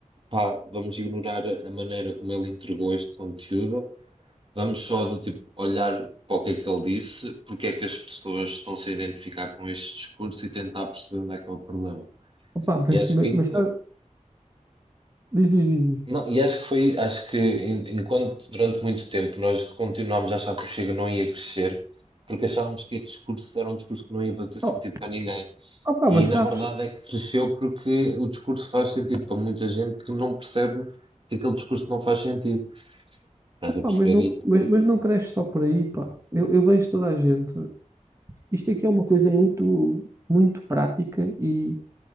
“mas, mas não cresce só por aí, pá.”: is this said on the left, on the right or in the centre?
Right